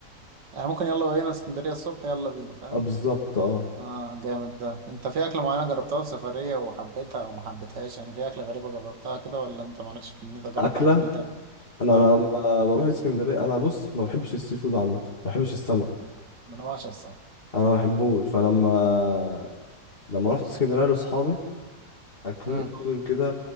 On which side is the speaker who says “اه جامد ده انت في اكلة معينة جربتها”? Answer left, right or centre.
Right